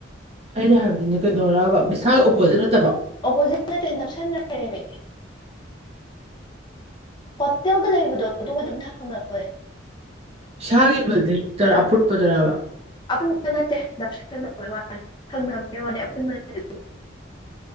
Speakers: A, on the right (about 30°); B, on the left (about 25°).
A: ꯑꯩꯅ ꯍꯥꯏꯕꯗꯤꯅꯦ ꯀꯩꯅꯣꯔꯕ ꯚꯤꯁꯥꯜꯒꯤ ꯑꯣꯄꯣꯖꯤꯠ ꯅꯠꯇꯕ
B: ꯑꯣꯄꯣꯖꯤꯠ ꯅꯠꯇꯦ ꯅꯞꯁꯟꯅꯔꯦꯃꯤ ꯍꯣꯇꯦꯜꯒ ꯂꯩꯕꯗꯣ ꯑꯗꯨꯒ ꯑꯗꯨꯝ ꯊꯪꯅꯕꯅꯤ
A: ꯏꯁꯥꯒꯤ ꯕꯤꯜꯗꯤꯡꯗꯔ ꯑꯄꯨꯟꯕꯗꯨꯔꯕ
B: ꯑꯄꯨꯟꯕ ꯅꯠꯇꯦ ꯅꯞꯁꯤꯅꯕꯒꯤ ꯋꯥꯂꯦ ꯊꯪꯅꯕꯒꯤ ꯋꯥꯅꯦ ꯑꯄꯨꯟꯕ <unintelligible>